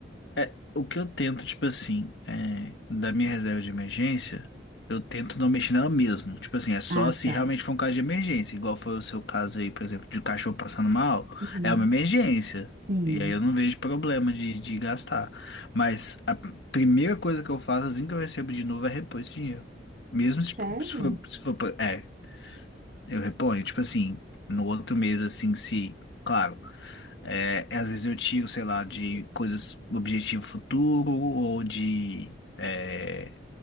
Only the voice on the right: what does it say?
Ah,
tá.
Uhum.
Sim.
Sério?